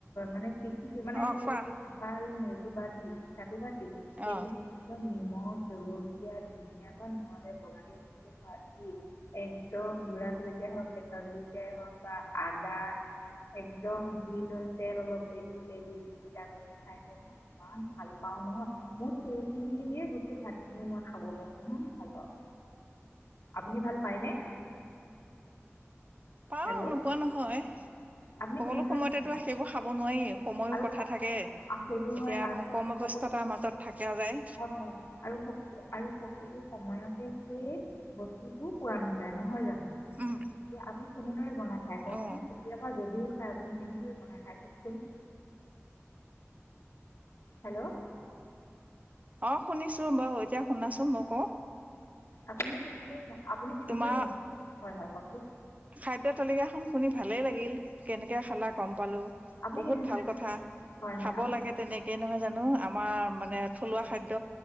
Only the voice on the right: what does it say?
অ
কোৱা
অ
পাওঁ
নোপোৱা নহয়
সকলো
সময়তেতো
সেইবোৰ খাব নোৱাৰি। সময়ো
কথা
থাকে এতিয়া
কৰ্মব্যস্ততাৰ
মাজত থাকা যায়।
উম
অ
অহ শুনিছো বাৰু এতিয়া শুনাচোন মই কও
তোমাৰ
খাদ্য তালিকাখন শুনি ভালেই লাগিল। কেনেকে
খালা গম পালো
বহুত
ভাল কথা
খাব
লাগে তেনে কেই নহয় জানো আমাৰ মানে থলুৱা খাদ্য